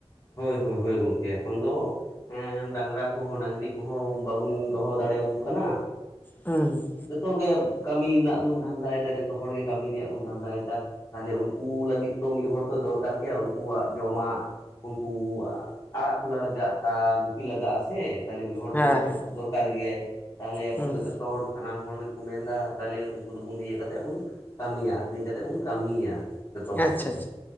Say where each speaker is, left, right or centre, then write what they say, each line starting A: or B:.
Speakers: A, on the left; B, on the left.
A: ᱦᱳᱭ ᱦᱳᱭ ᱦᱳᱭ ᱜᱚᱝᱠᱮ ᱮᱠᱷᱚᱱ ᱫᱚ ᱦᱮᱸ ᱦᱮᱸ ᱰᱟᱝᱨᱟ ᱠᱩᱦᱚᱸ ᱰᱟᱝᱨᱤ ᱠᱚ ᱦᱚᱸ ᱵᱟᱵᱚᱱ ᱫᱚᱦᱚ ᱫᱟᱲᱮᱭᱟ ᱠᱩ ᱠᱟᱱᱟ᱾
B: ᱦᱮᱸ ᱦᱩᱸ᱾
A: ᱛᱚ ᱜᱮ ᱠᱟᱹᱢᱤ ᱨᱮᱱᱟᱜ ᱵᱚᱱ ᱫᱷᱟᱱᱫᱟᱭ ᱮᱫᱟ ᱡᱚᱛᱚ ᱦᱚᱲ ᱜᱮ ᱠᱟᱹᱢᱤ ᱨᱮᱭᱟᱜ ᱵᱚᱱ ᱫᱷᱟᱱᱫᱟᱭ ᱮᱫᱟ᱾ ᱛᱟᱦᱞᱮ ᱩᱱᱠᱩ ᱞᱟᱹᱜᱤᱫ ᱛᱚ ᱢᱤᱫ ᱦᱚᱲ ᱛᱚ ᱫᱚᱨᱠᱟᱨ ᱜᱮᱭᱟ ᱩᱱᱠᱩᱣᱟᱜ ᱡᱚᱢᱟᱜ ᱩᱱᱠᱩ ᱟᱲᱟᱜ ᱠᱚ ᱞᱟᱦᱟᱜᱟᱜ-ᱟ ᱜᱩᱯᱤ ᱞᱟᱜᱟᱜ-ᱟᱥᱮ ᱛᱟᱦᱞᱮ ᱢᱤᱫ ᱦᱚᱲ ᱫᱚ
B: ᱦᱮᱸ ᱦᱮᱸ
A: ᱫᱚᱨ ᱠᱟᱨ ᱜᱮᱭᱟᱭ ᱛᱟᱦᱚᱞᱮ ᱮᱠᱷᱚᱱ
B: ᱦᱩᱸ
A: ᱫᱚ ᱡᱚᱛᱚ ᱦᱚᱲ ᱥᱟᱱᱟᱢ ᱦᱚᱲ ᱜᱮ ᱠᱚ ᱢᱮᱱ ᱫᱟ ᱛᱟᱦᱞᱮ ᱩᱱᱠᱩ ᱫᱚ ᱵᱩᱱ ᱤᱭᱟᱹ ᱠᱟᱛᱮᱜ ᱵᱩᱱ ᱠᱟᱹᱢᱤᱭᱟ ᱟᱹᱷᱨᱤᱧ ᱠᱟᱛᱮᱜ ᱵᱚᱱ ᱠᱟᱹᱢᱤᱭᱟ ᱡᱚᱛᱚ ᱦᱚᱲ
B: ᱟᱪᱪᱷᱟ
A: ᱛᱮ
B: ᱟᱪᱪᱷᱟ